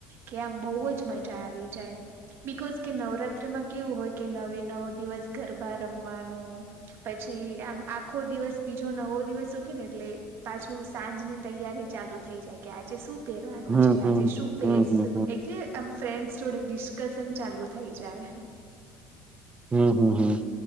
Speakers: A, on the right; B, on the right.
A: કે આમ બહુ જ મજા આવી જાય બિકોઝ કે નવરાત્રીમાં કેવું હોય કે નવે નવ દિવસ. ગરબા રમવાનું પછી આમ આપ ખો દિવસ બી જો નવો દિવસ સુકે ને એટલે પાછું સાંજની તૈયારી ચાલુ થઇ જાય કે આજે શું પેર છે
B: હમ
A: આજે
B: હમ
A: શું પેરશું
B: હમ હમ
A: એટલે આમ. ફ્રેન્ડસ જોડે ડિસ્કશન ચાલુ થઇ જાય.
B: હમ હમ હમ.